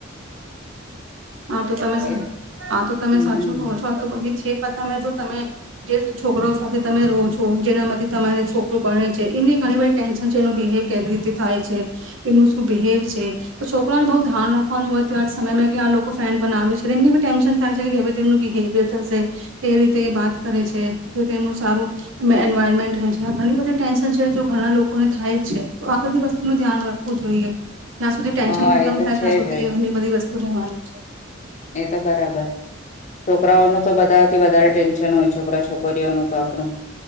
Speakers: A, on the right; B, on the left.
A: હા તો તમે
B: એ
A: હા તો તમે
B: હમ
A: સાચું કહો છો આ તો બધી જ તમે જો તમે જે છોકરાઓ સાથે તમે રહો છો જેનામાંથી તમારે છોકરું ગણે છે એમની ઘણી બધી ટેન્શન છે એનું બિહેવ કેવી રીતે થાય છે એમનું શું બિહેવ છે તો છોકરાને બહુ ધ્યાન રાખવાનું હોય તં સમયમાં કે આ ફ્રેન્ડ બનાવે છે તેમની બી ટેન્શન થાય છે કે કેવી રીતેનું બિહેવિયર થશે કેવી રીતે એ વાત કરે છે કે તેમનું સારું એન્વાયરમેન્ટ રહે છે આ ઘણી બધી ટેન્શન છે જો ઘણા લોકોને થાય જ છે તો આ બધી વસ્તુનું ધ્યાન રાખવું જોઈએ. ત્યા સુધી ટેન્શન
B: હા
A: ખતમ
B: એ તો
A: થાય્યાં
B: છે
A: સુધી
B: જ હોય
A: એ ઘણી બધી જવા. <inaudible>
B: એ તો બરાબર છોકરાઓનું તો બધાથી વધારે ટેન્ હોય છોકરા છોકરીઓ ન તો આપણું